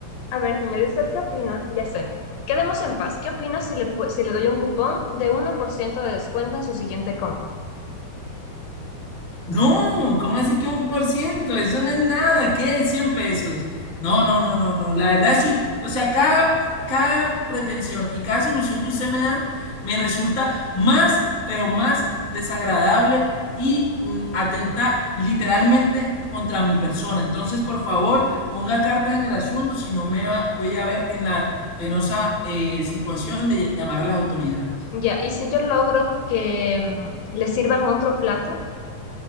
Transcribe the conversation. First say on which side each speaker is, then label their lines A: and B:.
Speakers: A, on the left; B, on the left.
A: A ver, señor, ¿y usted qué opina? Ya sé. Quedemos en paz. ¿Qué opina si le, pu- si le doy un cupón de uno por ciento de descuento en su siguiente compra?
B: No, ¿cómo así que un por ciento? Eso no es nada, ¿qué? cien pesos. No, no, no, no, no. La verdad soy, o sea, cada, cada pretensión y cada solución que usted me da me resulta más, pero más desagradable y mm, atenta literalmente contra mi persona. Entonces, por favor, ponga cartas en el asunto, si no me va- voy a ver en la penosa eh, situación de llamar a las autoridades.
A: Ya, y si yo logro que mm, le sirvan otro plato,